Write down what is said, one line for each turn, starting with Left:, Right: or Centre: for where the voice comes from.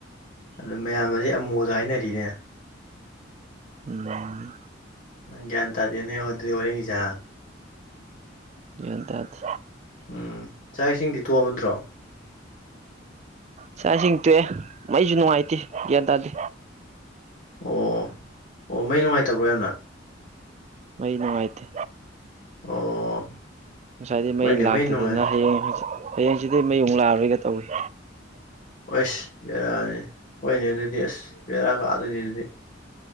Left: ꯑꯗ ꯃꯌꯥꯝꯅꯗꯤ ꯑꯃꯨꯗ ꯍꯥꯏꯅꯔꯤꯅꯦ
Right: ꯎꯝ
Left: ꯒꯤꯌꯥꯟ ꯇꯥꯗꯦꯅꯦ ꯑꯗꯨꯗꯤ ꯍꯣꯔꯦꯟꯒꯤꯁꯦ ꯍꯥ
Right: ꯒꯤꯌꯥꯟ ꯇꯥꯗꯦ
Left: ꯎꯝ ꯆꯥꯛ ꯏꯁꯤꯡꯗꯤ ꯇꯣꯛꯑꯕ ꯅꯠꯇ꯭ꯔꯣ
Right: ꯆꯥꯛ ꯏꯁꯤꯡ ꯇꯣꯛꯑꯦ ꯃꯩꯁꯨ ꯅꯨꯡꯉꯥꯏꯇꯦ ꯒ꯭ꯌꯥꯟ ꯇꯥꯗꯦ
Left: ꯑꯣ ꯑꯣ ꯃꯩ ꯅꯨꯡꯉꯥꯏꯇꯕ꯭ꯔꯣ ꯌꯥꯝꯅ
Right: ꯃꯩ ꯅꯨꯡꯉꯥꯏꯇꯦ
Left: ꯑꯣ
Right: ꯉꯁꯥꯏꯗꯩ ꯃꯩ
Left: ꯍꯣꯏꯅꯦ
Right: ꯂꯥꯛꯇꯗꯅ
Left: ꯅꯨꯡꯉꯥꯏ
Right: ꯍꯌꯦꯡ ꯍꯪꯆꯤ ꯍꯌꯦꯡꯆꯤꯠꯇꯩ ꯃꯩ ꯃꯃꯨꯛ ꯂꯥꯛꯑꯔꯣꯏꯒ ꯇꯧꯏꯤ
Left: ꯑꯣꯏꯁ ꯕꯦꯔꯥꯅꯤ ꯍꯣꯏꯅꯦ ꯑꯗꯨꯗꯤ ꯑꯁ ꯕꯦꯔꯥꯥ ꯑꯗꯨꯣꯏꯅꯤ ꯑꯗꯨꯗꯤ